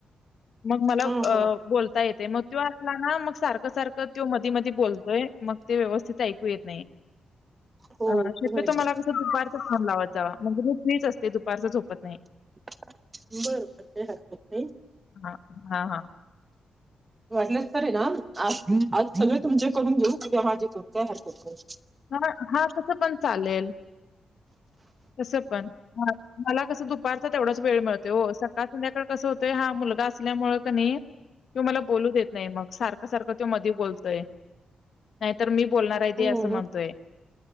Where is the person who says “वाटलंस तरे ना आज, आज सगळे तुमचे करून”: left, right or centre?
Right